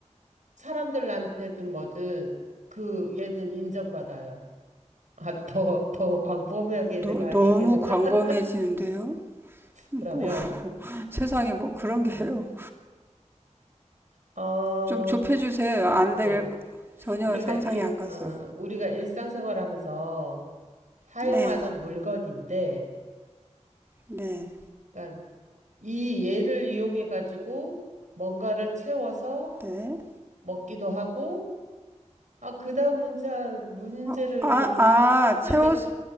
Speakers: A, on the right; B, on the right.
A: 사람들한테든 뭐든 그 얘는 인정받아요. 아, 더, 더 광범위하게
B: 너,
A: 내가
B: 너무
A: 얘기를.
B: 광범해지는데요?
A: <laughs> 그러면,
B: 뭐 <laughs> 세상에 뭐 그런 게요.
A: 어,
B: 좀 좁혀주세요. 안될
A: 네.
B: 전혀
A: 우리가
B: 상상이
A: 일,
B: 안 가서.
A: 어, 우리가 일상생활하면서 사용하는
B: 네,
A: 물건인데,
B: 네,
A: 그러니까 이 얘를 이용해 가지고 뭔가를 채워서
B: 네.
A: 먹기도 하고, 아, 그다음 문자 문제를
B: 아, 아,
A: 내, 하면
B: 아, 채워서
A: 내가